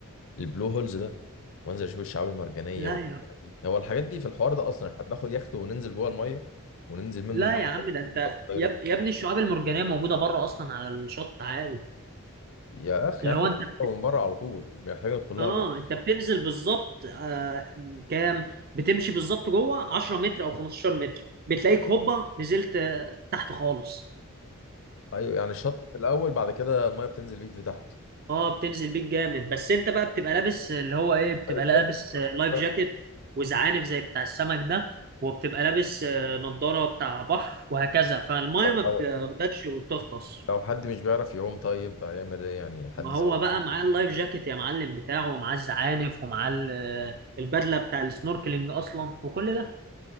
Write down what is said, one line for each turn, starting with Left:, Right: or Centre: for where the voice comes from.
Left: البلو هولز ده وانزل اشوف الشعاب المرجانيه
Right: لا
Left: والأجواء
Right: يا
Left: دي هو الحاجات دي في الحوار ده اصلا احنا بناخد يخت وننزل جوه الميه وننزل منه
Right: لا يا عم ده انت
Left: البحر
Right: يا, يا ابني الشعاب المرجانيه موجوده بره اصلا على الشط عادي
Left: يا اخي
Right: اللي
Left: احنا
Right: هو انت
Left: بنشربها
Right: بت...
Left: من بره على طول مش محتاج ندخل لها
Right: اه
Left: جوه
Right: انت بتنزل بالظبط آه... كام بتمشي بالظبط جوه 10 متر او 15 متر بتلاقيك هوبا نزلت آه، تحت خالص
Left: ايوه يعني الشط في الاول بعد كده الميه بتنزل بيك لتحت
Right: اه بتنزل بيك جامد بس انت بقى بتبقى لابس اللي هو ايه بتبقى
Left: طيب
Right: لابس
Left: ليه
Right: آه،
Left: كده؟
Right: لايف جاكيت وزعانف زي بتاع السمك ده وبتبقى لابس آه، نضارة بتاع بحر وهكذا فالمية
Left: طب
Right: ما بتاخدكش
Left: لو
Right: وبتغطس
Left: لو حد مش بيعرف يعوم طيب هيعمل ايه يعني حد
Right: ما
Left: زي
Right: هو بقى معاه اللايف جاكيت يا معلم بتاعه ومعاه الزعانف ومعاه ال- آه، البدلة بتاع السنوركلينج اصلا وكل ده